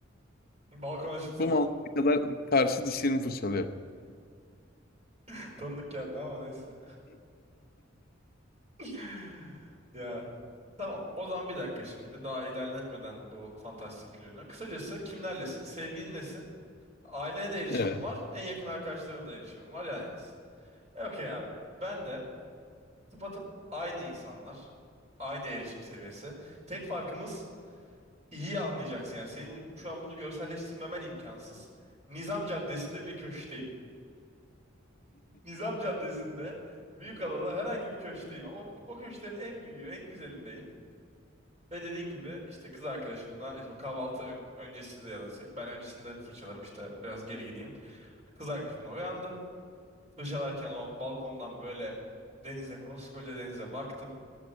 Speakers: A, on the right; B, on the left.
A: Balkona çıktın.
B: bu manzara kadar karşı dişlerimi fırçalıyorum.
A: <laughs> Tanıdık geldi ama neyse. <laughs> Ya Tamam. O zaman bir dakika şimdi. Daha ilerletmeden bu fantastik gününü. Kısacası kimlerlesin? Sevgilinlesin. Ailene de erişimin
B: Evet.
A: var. En yakın arkadaşlarına da erişimin var. Yan yanasın. E, okey abi. Ben de tıpatıp aynı insanlar. Aynı erişim seviyesi. Tek farkımız iyi anlayacaksın. Yani senin şu an bunu görselleştirmemen imkansız. Nizam Caddesi'nde bir köşkteyim. Nizam Caddesi'nde Büyükada'da herhangi bir köşkteyim. O, o köşklerin en büyüğü, en güzelindeyim. Ve dediğin gibi işte kız arkadaşımla işte o kahvaltı ön- öncesi de ya da se- ben öncesinde fırçalarım işte biraz geri gideyim. Kız arkadaşımla uyandım. Fırçalarken o balkondan böyle denize koskoca denize baktım.